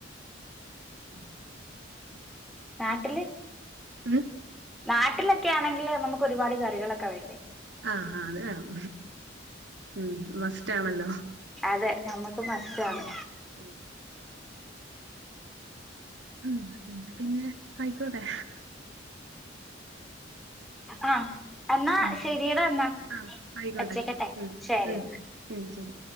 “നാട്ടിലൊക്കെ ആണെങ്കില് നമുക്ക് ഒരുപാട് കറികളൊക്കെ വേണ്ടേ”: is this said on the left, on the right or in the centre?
Centre